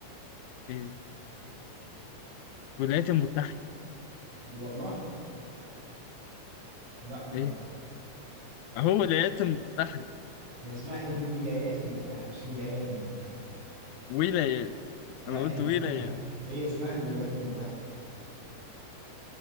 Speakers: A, on the left (about 75°); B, on the right (about 65°).
A: إيه الولايات المتحدة
B: دي والله لا طبعا
A: إيه أهو الولايات المتحدة
B: هي اسمها الولايات المتحدة مش ولايات المتحدة
A: ولايات
B: لا
A: أنا قلت
B: ال...
A: ولايات
B: <laughs> هي اسمها الولايات المتحدة